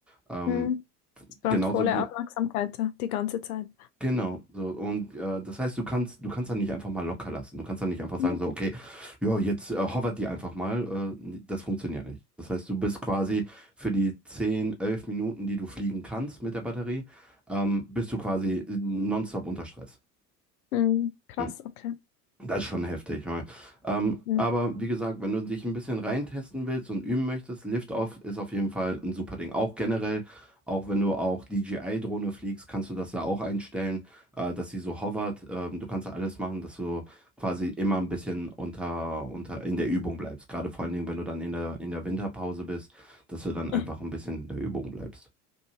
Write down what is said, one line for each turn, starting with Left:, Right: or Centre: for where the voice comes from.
Centre: Ähm,
Left: Mhm. Es braucht
Centre: genauso
Left: volle
Centre: wie,
Left: Aufmerksamkeit ja, die ganze Zeit.
Centre: Genau, so und äh, das heißt, du kannst du kannst dann nicht einfach mal locker lassen. Du kannst dann nicht einfach sagen
Left: Mhm.
Centre: so, okay, ja, jetzt äh, hovert die einfach mal. Äh, das funktioniert nicht. Das heißt, du bist quasi für die 10, 11 Minuten, die du fliegen kannst mit der Batterie, ähm, bist du quasi äh, nonstop unter Stress.
Left: Mhm. Krass,
Centre: Hm.
Left: okay.
Centre: Das ist schon heftig. ja. Ähm,
Left: Mhm.
Centre: aber wie gesagt, wenn du dich ein bisschen reintesten willst und üben möchtest, Liftoff ist auf jeden Fall ein super Ding. Auch generell, auch wenn du auch DJI-Drohne fliegst, kannst du das da auch einstellen, äh, dass sie so hovert. Ähm, du kannst da alles machen, dass du quasi immer ein bisschen unter, unter in der Übung bleibst. Gerade vor allen Dingen, wenn du dann in der, in der Winterpause bist, dass du dann
Left: <laughs>
Centre: einfach ein bisschen in der Übung bleibst.